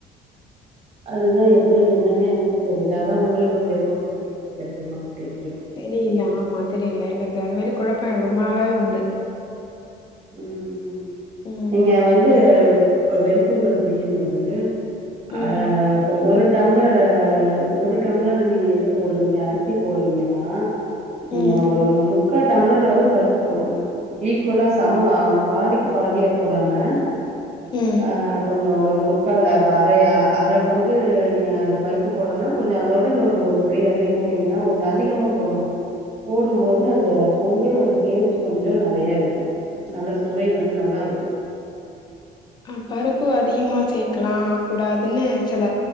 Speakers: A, on the right (about 40°); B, on the left (about 25°).
A: அதுதா எப்படி என்னானு எனக்கு தெரியில அதா உங்களுக்கு ஏதும் ஐடியா கெடைக்குமா அப்படின்
B: தெரியல ஆமா தெரியல எனக்கு அது மாரி குழப்போ ரொம்பா நாளாவே உண்டு
A: உம் உம்
B: ம்
A: நீங்க வந்து இப்ப வெண் பொங்கல் செய்யும் போது
B: ம்
A: அஹ் இப்ப ஒரு டம்ளர் ஒரு டம்ளர் நீங்க எது போடுறீங்க அரிசி போடுறீங்கன்னா
B: ம்
A: நா ஒரு முக்காட் டம்லர்றாவது பருப்பு போடனும் ஈக்குலாஸ் சம்ம அ பாதிக்கு பாதியா போடாமா
B: ம்
A: அஹா கொஞ்சோ ஒரு முக் முக்கல்ல அப்ப அரை ஹ அர பங்கு நீங்க பருப்பு போடணு கொஞ்சோ அதோட இன்னு ஒரு புடி அள்ளி போட்டீங்குன்னா அது அதிகமா போடணு போடும்போது அந்த பொங்கல் வந்துட் டேஸ்ட்டு கொஞ்சோ நெறியா இருக்கோ நல்ல சுவை வந்து நல்லா இருக்கோ
B: அஹ பருப்பு அதிகமா சேக்கல்லா கூடாதுன்னு சில